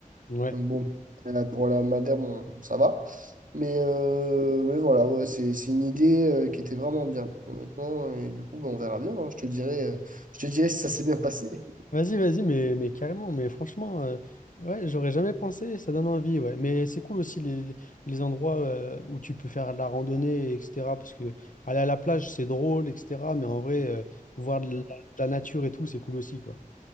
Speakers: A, on the left; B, on the right.
A: Ouais.
B: Donc bon, euh, pour la Madère, bon, ça va. Mais, euh, mais voilà, ouais, c'est, c'est une idée euh, qui était vraiment bien, honnêtement. Et du coup, ben, on verra bien. hein. Je te dirai, euh, je te dirai si ça s'est bien passé.
A: Vas-y, vas-y, mais, mais carrément, mais franchement, euh, ouais, j'aurais jamais pensé, ça donne envie, ouais. Mais c'est cool aussi les, les endroits euh, où tu peux faire de la randonnée, etc. Parce que aller à la plage, c'est drôle, etc. Mais en vrai, euh, voir de la, de la nature et tout, c'est cool aussi, quoi.